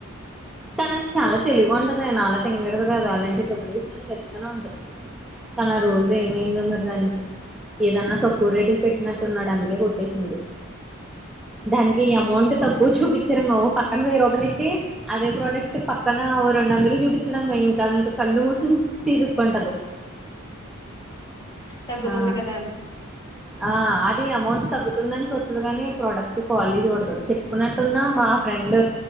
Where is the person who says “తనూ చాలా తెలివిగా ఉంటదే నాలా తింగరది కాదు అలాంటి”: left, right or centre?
Centre